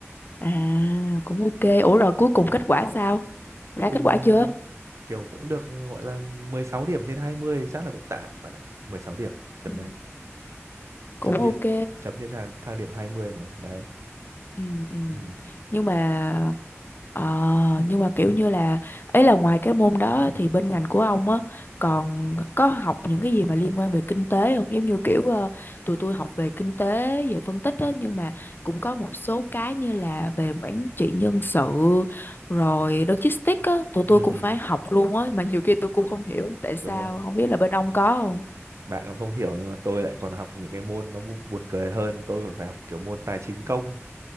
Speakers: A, on the left; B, on the right.
A: À, cũng ok. Ủa rồi cuối cùng kết quả sao?
B: cuối
A: Ra
B: cùng
A: kết quả chưa?
B: kiểu cũng được gọi là 16 điểm trên 20 thì chắc là cũng tạm bạn ạ mười sáu điểm tầm
A: Ừ.
B: đấy
A: Cũng
B: chấm điểm
A: ok.
B: chấm trên thang, thang điểm 20 mà đấy
A: ừ ừ
B: ừ.
A: nhưng mà ờ, nhưng mà kiểu như là ấy là ngoài cái môn đó thì bên ngành của ông á còn có học những cái gì mà liên quan về kinh tế không giống như kiểu ờ, tụi tôi học về kinh tế về phân tích á nhưng mà cũng có một số cái như là về quản trị nhân sự rồi logistics á tụi
B: Ừ,
A: tôi cũng
B: ừ.
A: phải học luôn á mà nhiều khi tôi cũng không hiểu tại sao
B: đúng rồi
A: không biết là bên ông có không
B: bạn còn không hiểu nhưng mà tôi lại còn học những cái môn nó bu- buồn cười hơn tôi còn phải học kiểu môn tài chính công